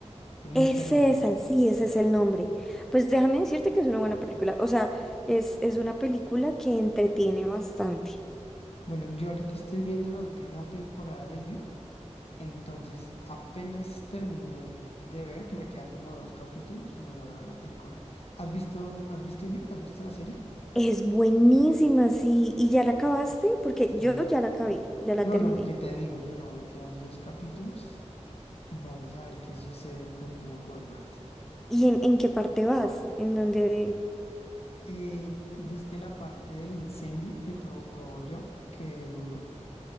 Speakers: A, on the left; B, in the centre.
A: en
B: Es
A: internet.
B: esa, sí, ese es el nombre. Pues déjame decirte que es una buena película. O sea, es, es una película que entretiene bastante.
A: Bueno, yo ahorita estoy viendo la última temporada de You. Entonces, apenas terminé de ver, que me quedan como dos capítulos, me voy a ver la película. ¿Has visto, has visto You? ¿Has visto la serie?
B: Es buenísima, sí. ¿Y ya la acabaste? Porque yo
A: Sí.
B: ya la acabé, ya la
A: No,
B: terminé.
A: no, lo que te digo, yo no, me quedan dos capítulos. Vamos a ver qué sucede con Joe Goldberg.
B: ¿Y en, en qué parte vas? En donde,
A: Eh, ¿viste la parte del incendio que provocó Joe? Que, mm,